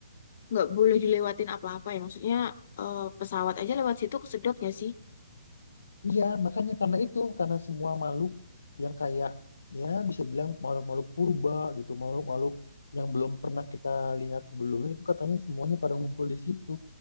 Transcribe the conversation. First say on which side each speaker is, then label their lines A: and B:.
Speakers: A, on the left; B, on the left.
A: Nggak boleh dilewatin apa-apa ya? Maksudnya eh, pesawat aja lewat situ kesedot nggak sih?
B: Iya, makanya karena itu, karena semua makhluk yang kayak ya bisa bilang makhluk-makhluk purba gitu, makhluk-makhluk yang belum pernah kita lihat sebelumnya itu katanya semuanya pada ngumpul di situ.